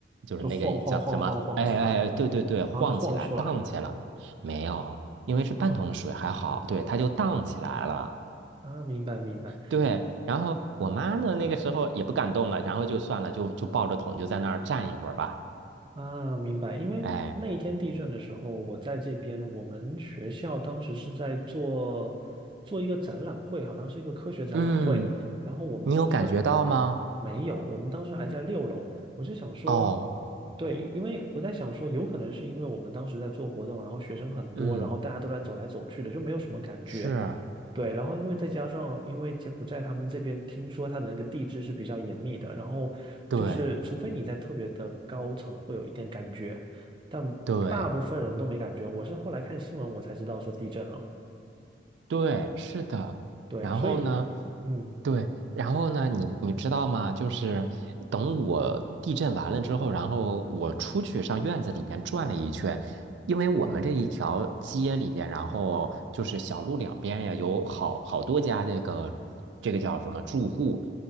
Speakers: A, on the right; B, on the right.
A: 就是那个叫什么？
B: 就晃晃晃晃晃是吧？
A: 哎哎，哎对对对，晃起来，
B: 然后就晃出来。
A: 荡起来。没有，因为是半桶水，
B: 啊，
A: 还好，对，它就荡起来了。
B: 啊，明白明白
A: 对，然后我妈呢，那个时候也不敢动了，然后就算了，就就抱着桶就在那儿站一会儿吧。
B: 啊，明白。因为那一天地震的时候，
A: 哎，
B: 我在这边，我们学校当时是在做做一个展览会，好像是一个科学展览会。
A: 嗯，
B: 然后我们当时
A: 你有感觉到吗？
B: 没有，我们当时还在六楼。我就想说，
A: 哦，
B: 对，因因为我在想说，有可能是因为我们当时在做活动，然后学生很多，
A: 嗯，
B: 然后大家都在走来走去的，就没有什么感觉。
A: 是，
B: 对，然后因为再加上，因为柬埔寨他们这边听说它的那个地质是比较严密的，然后就是除非你在特别的高层会有一点感觉，
A: 对
B: 但大部分人都没感觉。
A: 对
B: 我是后来看新闻我才知道说地震了，
A: 对，是的。
B: 对，
A: 然后呢？
B: 所以嗯
A: 对，然后呢，你你知道吗？就是等我地震完了之后，然后我出去上院子里边转了一圈，因为我们这一条街里边，然后就是小路两边呀，有好好多家这个这个叫什么住户，